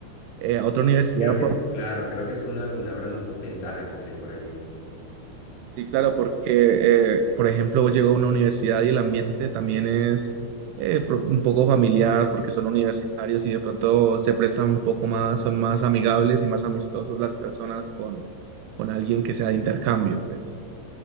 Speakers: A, on the right; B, on the left.
A: eh, a otra universidad.
B: Creo que
A: por-
B: es, claro, creo que es una, una gran ventaja que tienes por allí.
A: sí, claro, porque, eh, por ejemplo, llego a una universidad y el ambiente también es eh, pro- un poco familiar, porque son universitarios y de pronto se prestan un poco más, son más amigables y más amistosos las personas con, con alguien que sea de intercambio, pues.